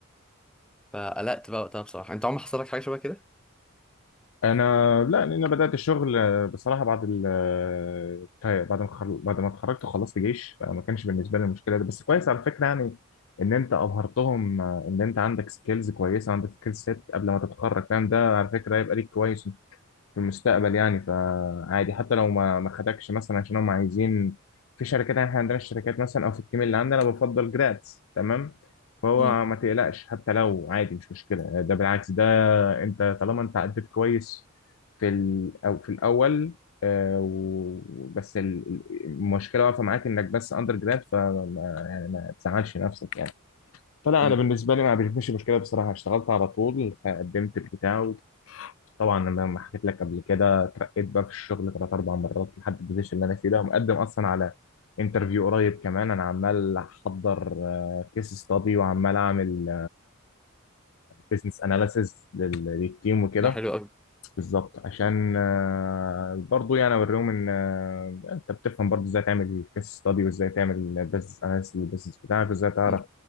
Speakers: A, in the centre; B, on the left.
A: فقلقت بقى وقتها بصراحه انت عمرك حصل لك حاجه شبه كده
B: انا لا لأن انا بدات الشغل آه، بصراحه بعد ال آه، طيب، بعد ما خل... بعد ما اتخرجت وخلصت جيش فما كانش بالنسبه لي المشكله ده بس كويس على فكره يعني ان انت ابهرتهم آه، ان انت عندك سكيلز كويسه عندك سكيل سيت قبل ما تتخرج فاهم ده على فكره هيبقى ليك كويس في المستقبل يعني فعادي حتى لو ما ما خدكش مثلا عشان هم عايزين في شركات يعني احنا عندنا الشركات مثلا او في التيم اللي عندنا أنا بفضل جراتس تمام فهو
A: امم
B: ما تقلقش حتى لو عادي مش مشكله ده بالعكس ده انت طالما انت عديت كويس في ال او في الاول آه، و- بس ال- ال- المشكله واقفه معاك انك بس اندر جراد فما يعني ما تزعلش نفسك يعني فلا
A: امم
B: انا بالنسبه لي ما بيشوفش مشكله بصراحه اشتغلت على طول قدمت البتاع طبعا انا ما حكيت لك قبل كده اترقيت بقى في الشغل ثلاث اربع مرات لحد البوزيشن اللي انا فيه ده ومقدم اصلا على انترفيو قريب كمان انا عمال احضر كيس ستادي وعمال اعمل بزنس اناليسز للتيم وكده
A: ده حلو
B: بالظبط عشان آه، برضو يعني اوريهم ان آه، انت بتفهم برضو ازاي تعمل كيس ستادي وازاي تعمل بزنس اناليسز للبزنس بتاعك وازاي تعرف
A: قوي